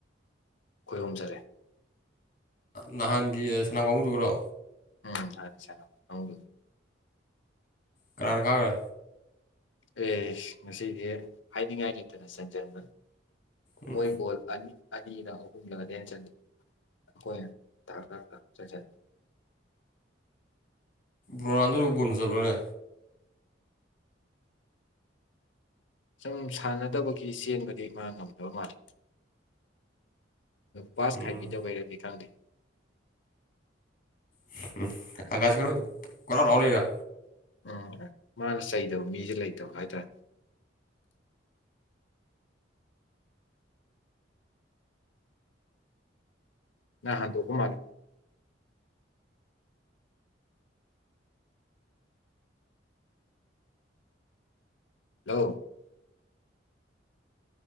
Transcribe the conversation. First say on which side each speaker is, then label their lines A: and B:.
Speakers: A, on the left; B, on the left.
A: ꯈꯣꯏ ꯑꯍꯨꯝ ꯆꯠꯂꯦ
B: ꯅꯍꯥꯟꯒꯤ ꯁꯅꯥꯕ ꯀꯥꯡꯕꯨꯗꯨꯒꯔꯣ
A: ꯎꯝ ꯅꯍꯥꯟ ꯁꯥꯟꯅꯕ ꯀꯪꯕꯨꯗꯨꯅꯅꯦ
B: ꯀꯅꯅꯥ ꯀꯥꯒ꯭ꯔꯦ
A: ꯑꯦꯁ ꯉꯁꯤꯗꯤ ꯍꯥꯏꯅꯤꯡꯉꯥꯏ ꯂꯩꯇꯅ ꯁꯟꯖꯟꯕꯅꯦ
B: ꯎꯝ
A: ꯃꯣꯏ ꯒꯣꯜ ꯑꯅꯤ ꯑꯅꯤꯔ ꯑꯍꯨꯝꯂ <unintelligible> <unintelligible> <unintelligible> ꯆꯠꯂꯤ ꯑꯩꯈꯣꯏ ꯊꯥꯛ ꯊꯥꯛ ꯆꯠꯆ
B: ꯔꯣꯅꯥꯜꯗꯣꯕꯨ ꯕꯣꯜ ꯐꯖꯕ꯭ꯔꯣꯅꯦ
A: ꯁꯨꯝ ꯁꯥꯟꯅꯗꯕꯒꯤ ꯆꯦꯟꯕꯗꯤ ꯃꯥ ꯉꯝꯗꯕ ꯃꯥꯜꯂꯤ ꯄꯥꯁ
B: ꯎꯝ
A: ꯈꯥꯏꯕꯤꯗꯕꯩꯔꯥꯗꯤ ꯈꯪꯗꯦ
B: <unintelligible> ꯀꯣꯏꯂꯥꯎ ꯂꯥꯎ ꯂꯩꯔꯣ
A: ꯑꯥ ꯃꯥꯅ ꯆꯩꯗꯕ ꯃꯤꯒ ꯂꯩꯇꯕ ꯍꯥꯏꯇꯥꯔꯦ ꯅꯥ ꯍꯥꯟꯗꯣꯛꯄ ꯃꯥꯂꯦ ꯍꯂꯣ